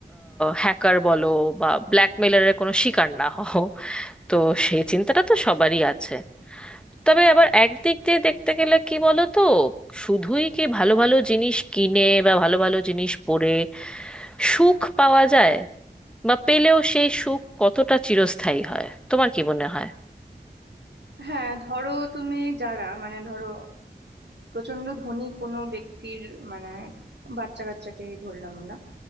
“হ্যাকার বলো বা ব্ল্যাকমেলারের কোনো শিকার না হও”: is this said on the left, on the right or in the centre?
Centre